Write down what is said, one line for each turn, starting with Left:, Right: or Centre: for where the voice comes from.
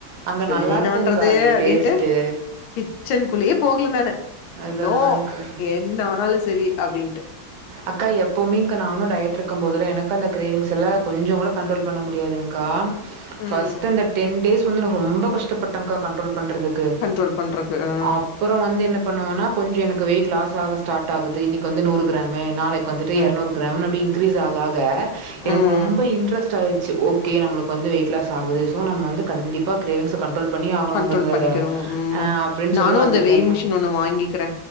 Right: அங்க
Left: சரி
Right: நல்லாருக்கும்க்கா
Left: என்ன பண்றது
Right: இது
Left: அப்டின்ட்டு
Right: டேஸ்ட்டு.
Left: கிச்சனுக்குள்ளயே போகல நானு
Right: அதா
Left: நோ
Right: அதாங்க்கா
Left: என்ன ஆனாலு சரி அப்டின்ட்டு
Right: அக்கா எப்போமேங்க்கா நானுன் டயட் இருக்கும்போதுல எனக்கு அந்த க்ரேவிங்ஸ்ல்லா கொஞ்சம் கூட கன்ட்ரோல் பண்ண முடியாதுங்க்கா
Left: ம்.
Right: ப்ஸ்ட்டு அந்த டென் டேஸ் வந்து ரொம்ப கஷ்டப்பட்டங்க்கா கன்ட்ரோல் பண்றது க்கு
Left: கண்ட்ரோல் பண்றக்கு. ஆ.
Right: அப்புறம் வந்து என்ன பண்ணுவனா கொஞ்ச எனக்கு வெயிட் லாஸ் ஆக ஸ்டார்ட் ஆகுது இன்னிக்கு வந்து நூறு கிராமு நாளை வந்துட்டு
Left: ம்.
Right: எரநூறு கிராமு அப்டி இன்கிரீஸ் ஆக ஆக எனக்கு
Left: ம்.
Right: ரொம்ப இன்ட்ரெஸ்ட் டாயிடுச்சி ஓகே நம்மளுக்கு வந்து வெயிட்லாஸ் ஆகுது சோ நம்ம வந்து கண்டிப்பா க்ரேவிஸ்ஸா கண்ட்ரோல் பண்ணி ஆகணுங்கிறத
Left: கண்ட்ரோல் பண்ணிக்குணும் ம்
Right: அ அப்படின்னு
Left: நானு
Right: சொல்லி வந்துட்டேங்க.
Left: அந்த வேயின் மிஷின் ஒண்ணு வாங்கிக்கிறே